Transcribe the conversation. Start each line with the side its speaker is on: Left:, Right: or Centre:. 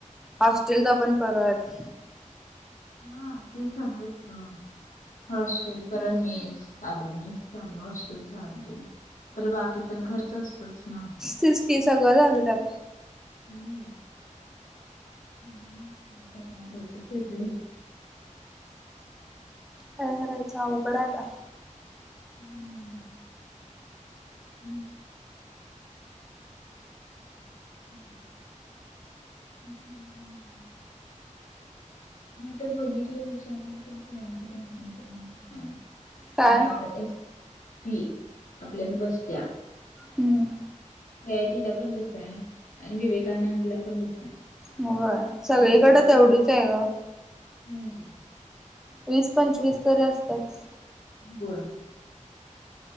Centre: हॉस्टेल त पण परत
Left: हा ते सांगलच ग हॉस्टेल परणवेस चाल मीस चाल हॉस्टेल चालू तर बाकीचा आणि खर्च असत तच ना हम्म
Centre: तेच की सगळं झालं त्यात
Left: हला पता लुक फरले
Centre: काय करायचं अ उकडाता
Left: हम्म हम् हम् नाही म नाही आता बघितलं विचारलं तरत रा म्हणजे
Centre: काय
Left: आपल्या एस पी आपल्यान बसत्या
Centre: हम्म
Left: गयतीला पण तस आहे आणि विवेकानंदला पण तस आहे
Centre: हो
Left: हा,
Centre: सगळीकडे
Left: तर आता काय
Centre: तेवढीच
Left: वीस
Centre: आहे ग
Left: हम्म
Centre: वीस पंचवीस तरी असतात
Left: ब